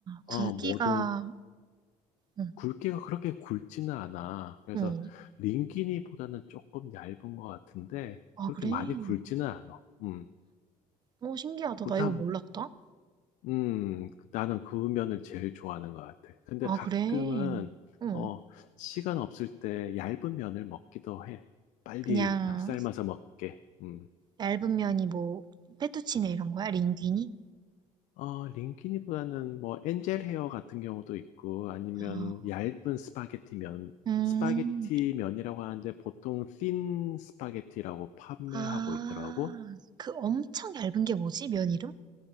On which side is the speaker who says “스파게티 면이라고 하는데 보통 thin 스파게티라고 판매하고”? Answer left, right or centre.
Left